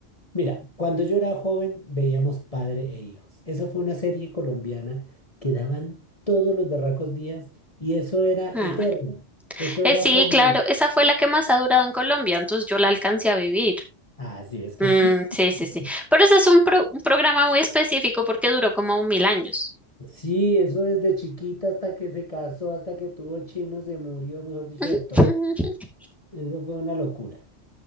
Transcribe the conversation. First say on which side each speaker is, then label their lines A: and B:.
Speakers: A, on the left; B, in the centre.
A: Mira, cuando yo era joven veíamos Padre e Hijos. Eso fue una serie colombiana que daban todos los berracos días y eso era
B: Ah,
A: eterno.
B: bueno.
A: Eso
B: Eh,
A: era
B: sí,
A: como,
B: claro, esa fue la que más ha durado en Colombia, entonces yo la alcancé a vivir.
A: ah, sí, es que
B: Mm,
A: sí.
B: sí,
A: <laughs>
B: sí, sí. Pero ese es un, pro- un programa muy específico porque duró como mil años.
A: Sí, eso desde chiquita hasta que se casó, hasta que tuvo chino, se murió, mejor dicho,
B: <laughs>
A: de todo. Eso fue una locura.